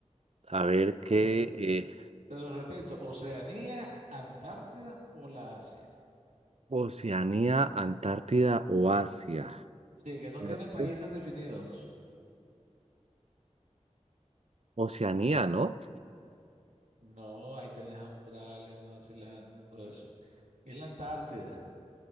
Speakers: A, on the right; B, on the right.
A: A ver qué.
B: O-
A: eh,
B: te lo repito, Oceanía, Antártida o la Asia.
A: Oceanía, Antártida o Asia.
B: Sí, que
A: ¿Cierto?
B: no tiene países definidos.
A: Oceanía, ¿no?
B: No, ahí tenés Australia, Nueva Zelanda, todo eso. Es la Antártida.